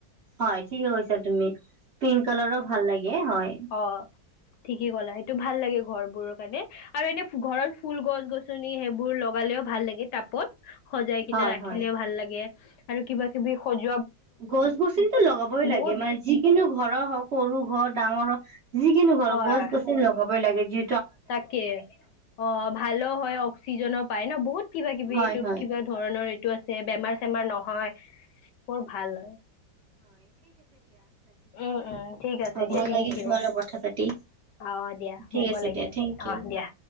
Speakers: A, on the right; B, on the left.
A: হয় ঠিকে কৈছা তুমি পিং কালাৰ ৰ ভাল লাগে হয়
B: অঁ ঠিকেই কলা টো ভাল লাগে ঘৰ বোৰৰ কাৰণে আৰু এনে ঘৰত ফুল গছ গছনি সেইবোৰ লগাঁলেও ভাল লাগে তাপত সজাই কিনে
A: হয়
B: ৰাখিলে
A: হয়
B: ভাল লাগে আৰু কিবা বি সজোৱাত
A: গছ গছনিতো লগাবই লাগে
B: বহুত
A: মানে যিকিনো ঘৰৰ হওঁক সৰু ঘৰ ডাঙৰ ঘৰ যিকিনো ঘৰ
B: হয়
A: গছ গছনি লগাবই লাগে যি
B: তাকে অঁ ভালো হয় অক্সিজেনো পায় ন বহুত কিবা কিবি
A: হয়
B: এইটোত
A: হয়
B: কিবা ধৰণৰ এই আছে বেমাৰ চেমাৰ নহয় বৰ ভাল হয় উম উম ঠিক আছে
A: অঁ ভাল
B: দিয়া থেংক
A: লাগিল তোমালত
B: ইউ
A: কথা পাতি
B: অ দিয়া
A: ঠিক
B: মোকো
A: আছে
B: লাগিল
A: দিয়া
B: অ
A: থেংক ইউ
B: দিয়া